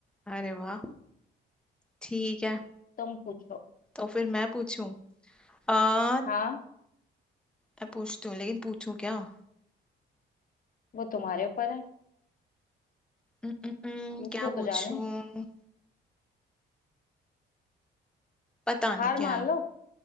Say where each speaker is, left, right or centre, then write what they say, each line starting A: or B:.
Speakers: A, in the centre; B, on the left.
A: अरे वाह ठीक है
B: तुम पूछो
A: तो फिर मैं पूछूं आ
B: हाँ
A: मैं पूछती हूँ लेकिन पूछूं क्या उम,
B: वो तुम्हारे ऊपर है
A: उम, उम,
B: पूछो
A: क्या पूछूं
B: तो जाने
A: पता नहीं
B: हार
A: क्या
B: मान लो